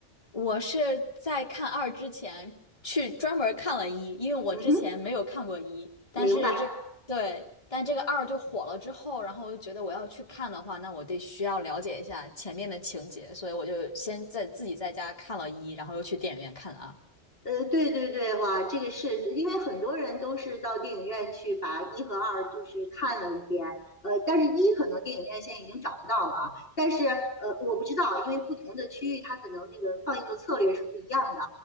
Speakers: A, on the left; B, on the left.
A: 我是在看二之前去专门儿看了一，因为我之前没有看过一，
B: 嗯哼，
A: 但是这，
B: 明白。
A: 对，但这个二就火了之后，然后我就觉得我要去看的话，那我得需要了解一下前面的情节，所以我就先在自己在家看了一，然后又去电影院看了二。
B: 呃，对对对，哇，这个是因为很多人都是到电影院去把一和二就是看了一遍，呃，但是一可能电影院现在已经找不到了啊，但是呃，我不知道，因为不同的区域它可能那个放映的策略是不一样的